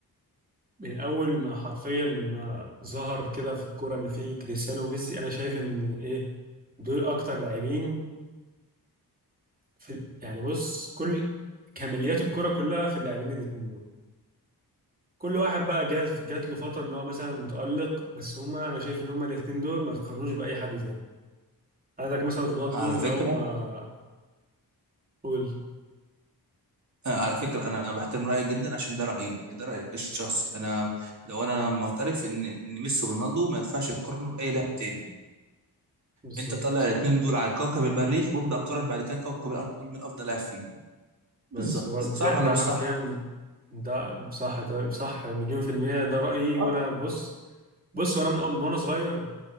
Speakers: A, on the right; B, on the right.
A: من أول ما حرفيا ما ظهر كده في الكورة إن في كريستيانو وميسي أنا شايف إن إيه دول أكتر لاعبين في يعني بص كل كماليات الكورة كلها في اللاعبين الاتنين دول كل واحد بقى جات جات له فتره ان هو مثلا متالق بس هما انا شايف ان هما الاثنين دول ما يتقارنوش باي حد تاني عندك مثلا رونالدو
B: على
A: من
B: فكره
A: اول ما قول
B: آه، على فكره انا بحترم رايك جدا عشان ده رايي ده رايي الشخصي انا لو انا معترف ان ان ميسي ورونالدو ما ينفعش تقارنه باي لاعب تاني
A: بالظبط
B: انت طلع الاثنين دول على كوكب المريخ وابدا قارن بعد كده كوكب الارض تقول مين افضل لاعب فيه
A: بس
B: بالظبط
A: هو ده
B: صح
A: ده
B: ولا مش
A: حرفيا
B: صح
A: ده صح ده صح مليون في المية ده رأيي وأنا
B: آه.
A: بص بص وأنا من أول من وأنا صغير